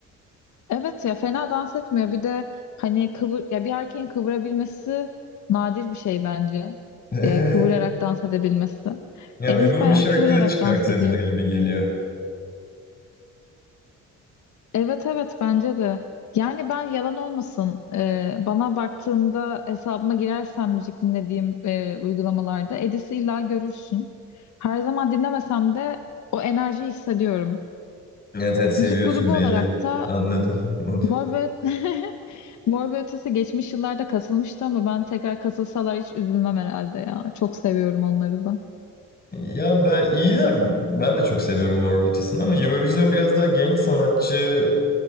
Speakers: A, on the left (about 70°); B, on the left (about 30°).
A: evet ya fena dans etmiyor. Bir de hani kıvır ya bir erkeğin kıvırabilmesi nadir bir şey bence.
B: <laughs>
A: E, kıvırarak dans edebilmesi.
B: ya
A: Edis
B: uygun
A: bayağı
B: bir şarkı
A: kıvırarak
B: da çıkartabilir
A: dans ediyor.
B: gibi geliyor.
A: Evet evet bence de. Yani ben yalan olmasın e, bana baktığında hesabıma girersen müzik dinlediğim e, uygulamalarda Edis'i illa görürsün. Her zaman dinlemesem de o enerjiyi hissediyorum.
B: Evet evet seviyorsun
A: Müzik grubu
B: belli.
A: olarak da
B: Anladım. <laughs> onu.
A: Mor ve <laughs> Mor ve Ötesi geçmiş yıllarda katılmıştı ama ben tekrar katılsalar hiç üzülmem herhalde ya. Çok seviyorum onları da.
B: Ya ben iyiler. Ben de çok seviyorum Mor ve Ötesi'ni ama Eurovision biraz daha genç sanatçı